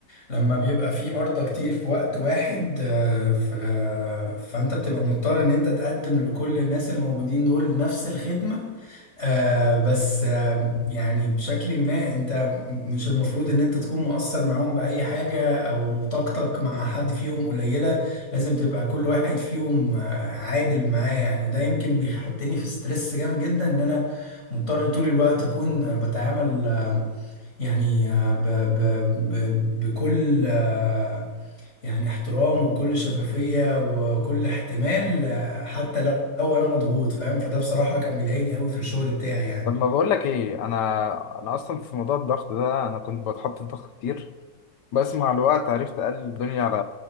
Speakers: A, on the left; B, on the left.
A: لما بيبقى في مرضى كتير في وقت واحد آه، ف... فانت بتبقى مضطر ان انت تقدم لكل الناس اللي موجودين دول نفس الخدمه آه بس آه يعني بشكل ما انت مش المفروض ان انت تكون مقصر معاهم بأي حاجة او طاقتك مع حد فيهم قليلة لازم تبقى كل واحد فيهم آه، عادل معاه يعني وده يمكن بيحطني في ستريس جامد جدا ان انا مضطر طول الوقت اكون آه، بتعامل آه، يعني آه، ب ب ب بكل آه، يعني احترام وكل شفافية وكل احتمال آه، حتى لو انا مضغوط فاهم فده بصراحة كان بيضايقني قوي في الشغل بتاعي يعني
B: طب ما بقول لك ايه انا انا اصلا في موضوع الضغط ده انا كنت بتحط في ضغط كتير بس مع الوقت عرفت اقلل الدنيا على